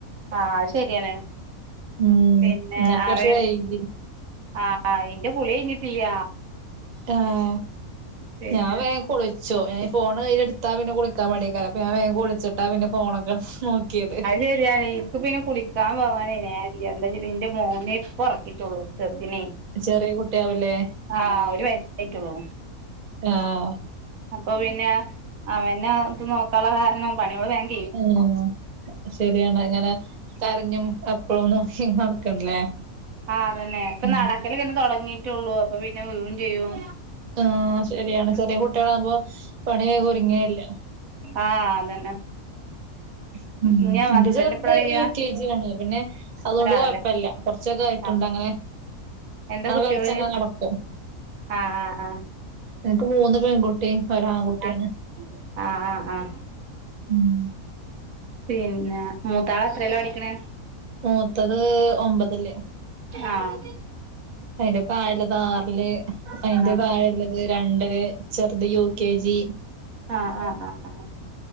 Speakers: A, on the right; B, on the right.
A: ആഹ് അത് ശരിയാണ്
B: ഉം
A: പിന്നെ
B: ഇന്നപ്പൊ
A: അവര്
B: കൊറച്ച് വൈകി
A: ആ ആഹ് എന്റെ കുളി കഴിഞ്ഞിട്ടില്ല
B: ആഹ്
A: പിന്നെ
B: ഞാൻ വേഗം കുളിച്ചു ഏ ഫോണ് കയ്യിൽടുത്താ പിന്നെ കുളിക്കാൻ മടെക്കാരം അപ്പ ഞാൻ വേഗം കുളിച്ചിട്ടാ പിന്നെ ഫോണൊക്കെട്ത് നോക്കി ക്കിയത്
A: അത് ശരിയാണ് എനിക്ക് പിന്നെ കുളിക്കാൻ പോവാനേയ്നെ എന്താചാല് ഇന്റെ മോനേ ഇപ്പൊ ഉറക്കിട്ടുള്ളൂ ചെറുദിനേ
B: ചെറിയ കുട്ടിയാവൂലേ
A: ആഹ ഒരു വയസായിട്ടുള്ളൂ
B: ആഹ്
A: അപ്പൊ പിന്നെ അവന ഇത് നോക്കാനുള്ള കാരണംവും പണികള് വേഗം
B: <unintelligible> ശരിയാണ് ഇങ്ങനെ കരഞ്ഞും അപ്പഴും നോക്കി നടക്കണ്ടല്ലേ
A: ആഹ അതന്നെ ഇപ്പൊ
B: ഉം
A: നടക്കല് ഇങ്ങനെ തുടങ്ങീട്ടുള്ളൂ അപ്പൊ പിന്നെ വീഴും ചെയ്യും
B: ആഹ് ശരിയാണ്
A: ഉം
B: ചെറിയ കുട്ടികളാകുമ്പോ പണി വേഗം ഒരുരുങ്ങേ ഇല്ല
A: ആഹ അതന്നെ
B: <inaudible> ഉം
A: ഇനി
B: എന്റെ
A: ഹസ്ബൻഡ്
B: ചെറുത്
A: എപ്പളാ വരിക
B: യു കെ ജി ആണ് പിന്നെ അതുകൊണ്ട്
A: ഒരാളല്ലേ
B: കൊഴപ്പല്ല കുറച്ചൊക്കെ കഴിഞ്ഞിട്ട്ണ്ടങ്ങനെ
A: ആഹ് എന്താ
B: അങ്ങനെ
A: കുട്ടികള്
B: അത് കളിച്ചങ്ങനെ നടക്കും
A: ആഹ് ആഹ്
B: എനിക്ക് മൂന്ന് പെൺകുട്ടി ഒരാൺകുട്ടിയാണ്
A: ആഹ് ആഹ് ആഹ് ആഹ് ആഹ്
B: ഉം
A: പിന്നെ മൂതാള് എത്രീല്ലാ പഠിക്കണ
B: മൂത്തത് ഒമ്പതില്
A: ആഹ്
B: അയ്ന്റെ തായള്ളത് ആറില് അയിന്റെ
A: ആഹ്
B: തായള്ളത് രണ്ടില് ചെർത് യു കെ ജി
A: ആഹ് ആഹ ആഹ ആഹ